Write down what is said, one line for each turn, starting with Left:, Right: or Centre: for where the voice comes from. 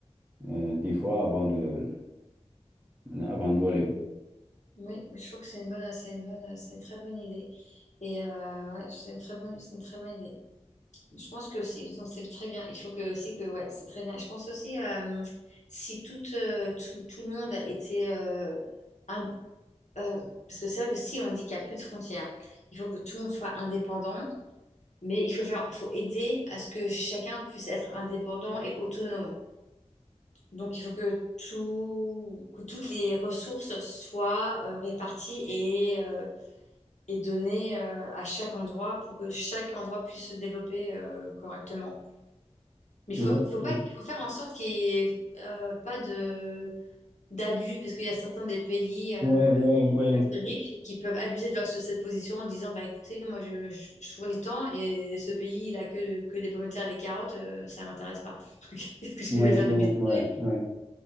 Right: euh, dix fois avant de, avant de voler.
Left: Oui, mais je trouve que c'est une bonne, c'est une bonne, c'est une très bonne idée. Et euh, ouais, c'est une très bonne, c'est une très bonne idée. Je pense que aussi, donc c'est très bien. Il faut que aussi que ouais, c'est très bien. Je pense aussi euh, si tout, euh, tout tout le monde était euh, ind- euh, parce que c'est vrai que si on dit qu'il n'y a plus de frontières, il faut que tout le monde soit indépendant, mais il faut faire, il faut aider à ce que chacun puisse être indépendant et autonome. Donc il faut que tout que toutes les ressources soient euh, réparties et euh, et données euh, à chaque endroit pour que chaque endroit puisse se développer euh, correctement. Mais faut,
Right: Ouais,
Left: faut pas, faut faire en sorte qu'il n'y ait euh, pas de d'abus, parce qu'il y a certains des pays euh,
Right: ouais, ouais,
Left: qui
Right: ouais,
Left: sont très riches et qui peuvent abuser de, leur, de cette position en disant, bah écoutez, moi je, je- je fournis tant et ce pays il a que, que des pommes de terre et des carottes, euh, ça m'intéresse pas. <laughs> Qu'est-ce que je
Right: ouais,
Left: vais faire
Right: ouais,
Left: du business
Right: ouais,
Left: avec lui?
Right: ouais,